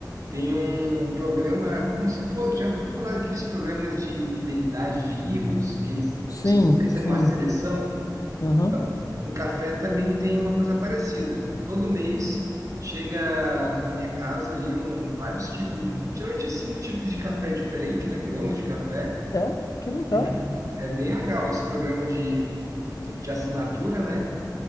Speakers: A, on the right (about 50°); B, on the left (about 55°).
A: Tem um programa como se for, já ouviu falar daqueles programas de fidelidade de livros que eles,
B: Sim,
A: você sempre recebe
B: sim.
A: uma seleção?
B: Aham.
A: Então, no café também tem uma coisa parecida. Todo mês chega na minha casa ali um, vários tipos, geralmente é cinco tipos de café diferente, né? Grãos de café
B: É, que legal.
A: Uhum. É bem legal esse programa de, de assinatura, né?